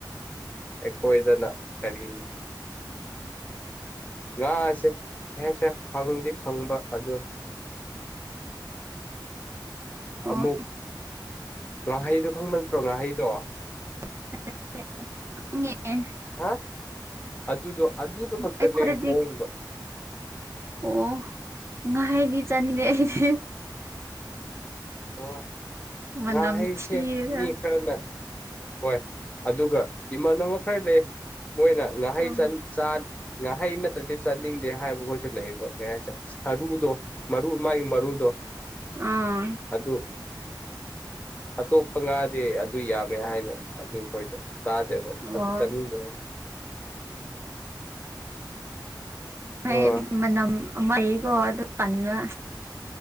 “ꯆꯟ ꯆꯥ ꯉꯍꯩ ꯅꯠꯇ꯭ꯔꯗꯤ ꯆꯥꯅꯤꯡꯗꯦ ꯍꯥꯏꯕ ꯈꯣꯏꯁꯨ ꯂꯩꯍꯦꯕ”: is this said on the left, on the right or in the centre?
Left